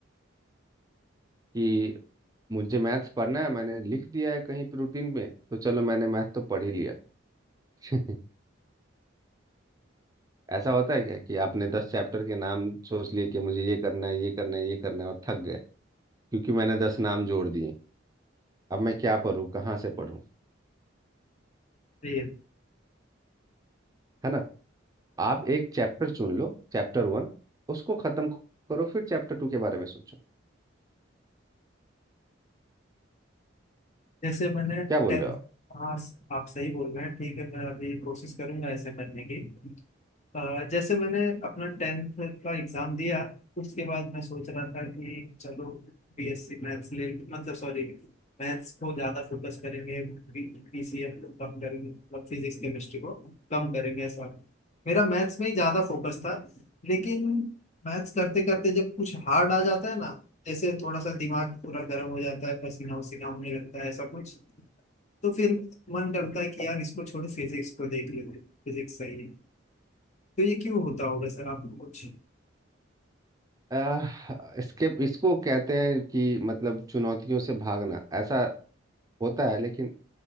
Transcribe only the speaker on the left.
सही है
जैसे मैंने
टे-
हाँ आप सही बोल रहे हैं ठीक है मैं अभी कोशिश करूंगा ऐसे करने की अ, जैसे मैंने अपना टेंथ का एग्जाम दिया उसके बाद मैं सोच रहा था कि चलो बीएससी मैथ्स ले मतलब सॉरी मैथ्स को ज़्यादा फोकस करेंगे पीसीएम को कम करेंगे मतलब फिजिक्स केमिस्ट्री को कम करेंगे ऐसा मेरा मैथ्स में ही ज़्यादा फोकस था लेकिन मैथ्स करते करते जब कुछ हार्ड आ जाता है ना जैसे थोड़ा सा दिमाग पूरा गर्म हो जाता है पसीना वसीना होने लगता है ऐसा कुछ तो फिर मन करता है कि यार इसको छोड़ फिजिक्स को देख लेते फिजिक्स सही है तो ये क्यों होता होगा सर आपको कुछ